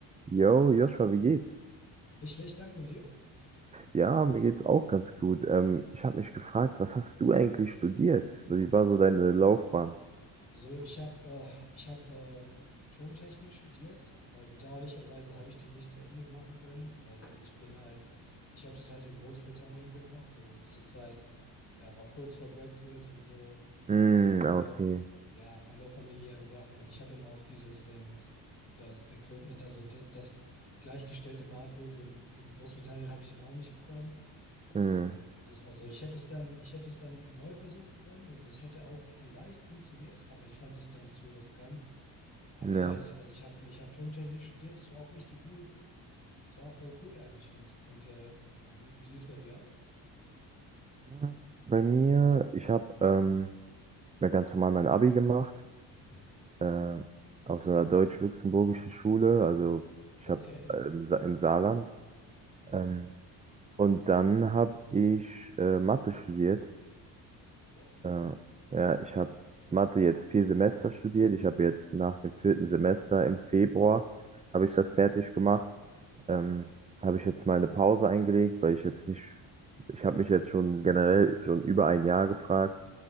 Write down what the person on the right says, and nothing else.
Yo, Joshua, wie geht's?
Ja, mir geht's auch ganz gut. Ähm, ich habe mich gefragt, was hast du eigentlich studiert? Wie war so deine Laufbahn?
Mm,
okay.
Mm,
ja.
Ähm, Bei mir, ich habe ähm, ja, ganz normal mein Abi gemacht,
äh, auf so einer deutsch-luxemburgischen Schule, also ich
habe äh, im Sa- im Saarland.
Ähm, und dann habe ich äh, Mathe studiert
Äh, ja, ich habe Mathe jetzt vier Semester studiert. Ich habe jetzt nach dem vierten Semester im Februar habe ich das fertig gemacht. Ähm, habe ich jetzt mal eine Pause eingelegt, weil ich jetzt nicht, ich habe mich jetzt schon generell schon über ein Jahr gefragt,